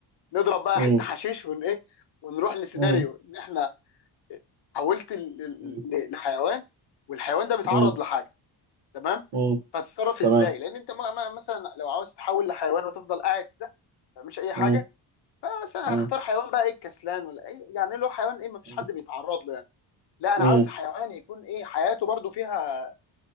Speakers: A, on the left (about 70°); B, on the right (about 65°).
A: نضرب بقى
B: مم.
A: حته حشيش ون ايه ونروح لسيناريو
B: مم.
A: ان احنا حولت ال- ال-
B: مم.
A: ل- لحيوان والحيوان ده بيتعرض
B: مم.
A: لحاجه تمام
B: مم.
A: هتتصرف
B: تمام
A: ازاي لان انت ما- ما- مثلا لو عاوز تحول لحيوان وتفضل قاعد كده ما تعملش اي حاجه
B: مم.
A: فمثلا
B: مم.
A: هختار حيوان بقى ايه الكسلان ولا اي يعني له حيوان ايه ما فيش
B: مم.
A: حد بيتعرض له يعني لا انا
B: مم.
A: عاوز حيوان يكون ايه حياته برضو فيها